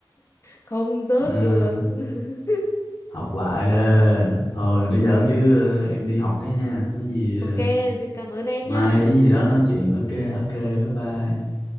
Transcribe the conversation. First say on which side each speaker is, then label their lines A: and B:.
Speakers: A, on the left; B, on the left.
A: Không rớt
B: À,
A: được. <laughs>
B: học lại đi. Thôi, nó giỡn chứ ờ, em đi học cái nha. Có gì
A: Ok,
B: ờ,
A: thì cảm ơn em
B: mai
A: nhá.
B: hay gì đó nói chuyện. Ok, ok, bye bye.